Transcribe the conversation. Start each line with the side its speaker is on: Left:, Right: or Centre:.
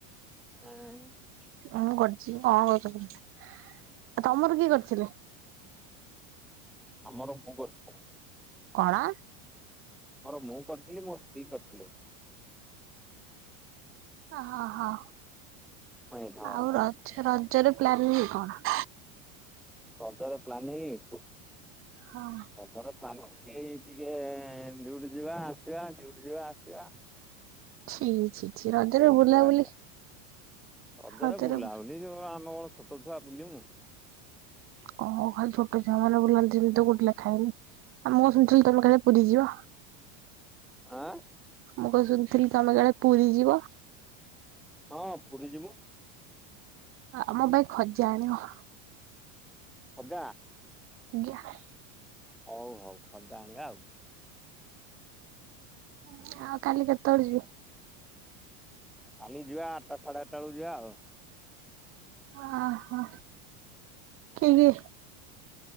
Centre: ଆଁ
Right: ମୁଁ କରିଛି କଣ <unintelligible> ତମର କିଏ କରିଥିଲେ?
Centre: ଆମର ମୁଁ କରିଛି।
Right: କଣ?
Centre: ଆମର ମୁଁ କରିଥିଲି ମୋ ସ୍ତ୍ରୀ କରିଥିଲେ।
Right: ହା ଅ ହଁ ହଁ
Centre: ହଁ
Right: ଆଉ
Centre: ହଁ।
Right: ରଜ ର ରଜର ପ୍ଲାନିଂ କଣ?
Centre: ରଜ ର ପ୍ଲାନିଙ୍ଗ?
Right: ହଁ।
Centre: ଏଥର ପ୍ଲାନିଙ୍ଗ ଟିକେ ଡିଉଟି ଯିବା ଆସିବା ଡିଉଟି ଯିବା ଆସିବା।
Right: ଛି ଛି। ଛି ରଜରେ
Centre: ଡିଉଟି
Right: ବୁଲାବୁଲି
Centre: ଯିବା ଆସିବା ଅଦରେ
Right: ରଜରେ
Centre: ବୁଲା ବୁଲି କେବଳ ଆମେ କଣ ଛୋଟ ଛୁଆ ବୁଲିମୁ।
Right: କଁ ଖାଲି ଛୋଟ ଛୁଆ ମାନେ ବୁଲନ୍ତିନି କୋଉଥି ଲେଖା ହେଇନି। ମୁଁ ଶୁଣିଥିଲି ତମେ କାଳେ ପୁରୀ ଯିବ।
Centre: ଆଁ।
Right: ମୁଁ କଣ ଶୁଣିଥିଲି ତମେ କାଳେ ପୁରୀ ଯିବ।
Centre: ହଁ ପୁରୀ ଯିମୁ।
Right: ଆମ ପାଇଁ ଖଜା ଆଣିବ।
Centre: ଖଜା।
Right: ଜ୍ଞା।
Centre: ହଉ ହଉ ଖଜା ଆଣିବା ଆଉ।
Right: <unintelligible> କାଲି କେତେବେଳେ ଯିବ।
Centre: କାଲି ଯିବା ଆଟଟା ସାଢେ ଆଟଟା ବେଳକୁ ଯିବା ଆଉ।
Right: ଆ ହ କିଏ କିଏ।